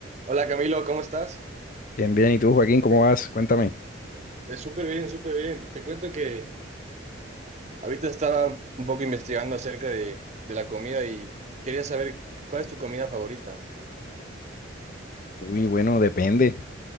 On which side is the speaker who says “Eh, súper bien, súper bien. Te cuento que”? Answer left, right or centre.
Right